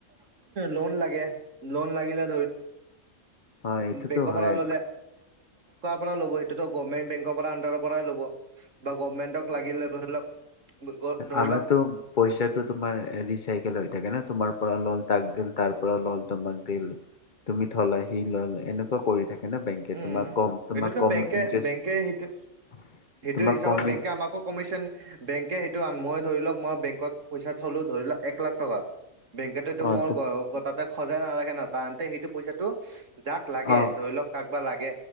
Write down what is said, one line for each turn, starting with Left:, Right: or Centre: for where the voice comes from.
Right: লোন লাগে লোন লাগিলে
Left: অ এইটোতো
Right: বেংকৰ
Left: হয়
Right: পৰা ললে। পৰা ল'ব সেইটো গভমেণ্ বেকৰ পৰা আণ্ডাৰৰ পৰাই ল'ব বা গভমেন্টক লাগিলে ধৰি লওক। ধৰি
Left: আমাৰো
Right: লওক
Left: পইচাটো তোমাৰ ৰিচাইকেল হৈ থাকে ন তোমাৰ পৰা লল তাক দিল তাৰ পৰাৰ লল দমাক দিল তুমি থলা সি লল এনেকুৱা কৰি থাকে ন বেংকে
Right: উম
Left: তোমাক কম তোমাক
Right: সেইটোতো
Left: কম
Right: বেংকে
Left: ইণ্টাৰেষ্ট
Right: বেংকে সেইটো
Left: <unintelligible>
Right: সেইটো হিচাপত
Left: কম
Right: বেংকে
Left: ইণ্ট-
Right: আমাকো কমাইছে বেং। তাকে সেইটো মই ধৰি লওক মই বেংকত পইচা থলো ধৰি লওক এক লাখ টকা বেংকেতো এইটো
Left: অ
Right: মোৰ
Left: তো-
Right: তাতে সজাই নালাখে ন তাহতে সেইটো পইচাটো যাক লাগে
Left: অ
Right: ধৰি লওক কাক বা লাগে।